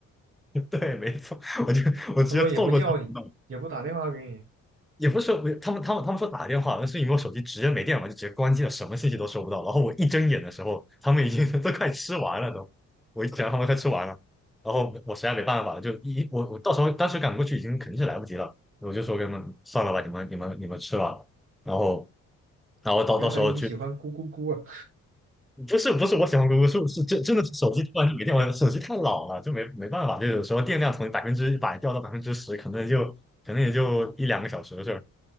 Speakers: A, in the centre; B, on the right (about 45°).
A: <laughs> 对，没错，我就我直接错过这个运动，
B: 他们也不叫你，也不打电话给你，
A: 也不是说他们他们他们说打电话，但是因为我手机直接没电了，就直接关机了，什么信息都收不到。然后我一睁眼的时候，他们已经 <laughs> 都快吃完了都，我一想他们快吃完了，然后我实在没办法了，就一我我到时候当时赶过去已经肯定是来不及了，我就说给他们算了吧，你们你们你们吃吧。然后然后到到时候去，
B: 原来你喜欢咕咕咕啊。
A: 不是不是我喜欢姑姑，是是真真的是手机突然就没电了，手机太老了，就没没办法，就有时候电量从百分之一百掉到百分之十，可能就可能也就一两个小时的事儿。